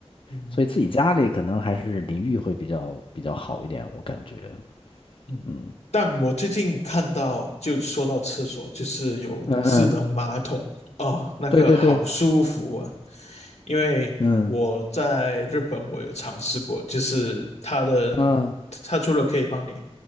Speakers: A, on the left; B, on the left.
A: 嗯
B: 所以自己家里可能还是淋浴会比较比较好一点，我感觉，
A: 嗯，
B: 嗯。
A: 但我最近看到，就说到厕所，就是有智能马桶哦，
B: 嗯嗯，
A: 那个好舒服啊！
B: 对对对，
A: 因为我在日本，
B: 嗯，
A: 我有尝试过，就是它的，
B: 嗯
A: 它除了可以帮你，